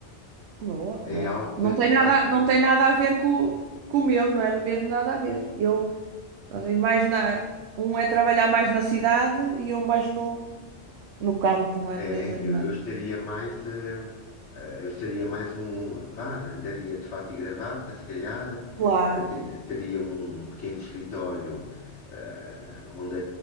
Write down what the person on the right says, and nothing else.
Boa,
olha.
Não
tem
nada, não tem nada a ver com, com o meu, não é mesmo nada a ver. Eu, não mais na, um é trabalhar mais na cidade e eu mais no, no campo, não é? No
meio dos animais.
Claro.